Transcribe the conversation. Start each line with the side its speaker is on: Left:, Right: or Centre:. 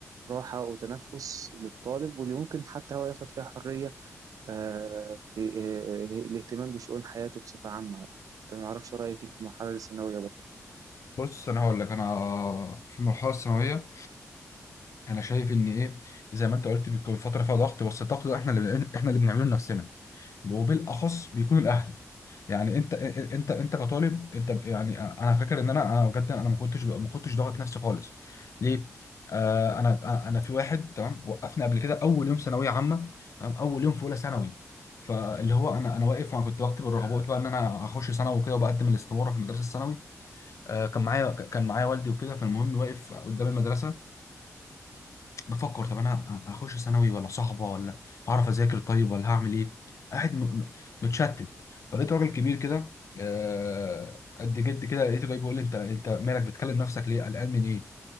Right: راحة وتنفس للطالب واللي ممكن حتى هو ياخد فيها حرية آه، في آه، آه، الاهتمام بشؤون حياته بصفة عامة أنت ما أعرفش رأيك إيه في المرحلة الثانوية برضه
Left: بص انا هقول لك انا في المرحله الثانويه انا شايف ان ايه زي ما انت قلت بيكون فتره فيها ضغط بس الضغط ده احنا اللي احنا اللي بنعمله لنفسنا وبالاخص بيكونوا الاهل يعني انت انت انت كطالب انت ب- يعني انا فاكر ان انا انا بجد انا ما كنتش ما كنتش ضاغط نفسي خالص ليه آه انا انا أنا في واحد تمام وقفني قبل كده اول يوم ثانويه عامه تمام اول يوم في اولى ثانوي فاللي هو انا انا واقف وانا كنت بكتب الرغبات بقى ان انا هخش ثانوي وكده وبقدم الاستماره في المدرسه الثانوي آه كان معايا ك- كان معايا والدي وكده فالمهم واقف قدام المدرسه بفكر طب انا هخش ثانوي ولا صحبه ولا هعرف اذاكر طيب ولا هعمل ايه قاعد م- م- متشتت فلقيت راجل كبير كده آه، قد جد كده لقيته جاي بيقول لي انت انت مالك بتكلم نفسك ليه قلقان من ايه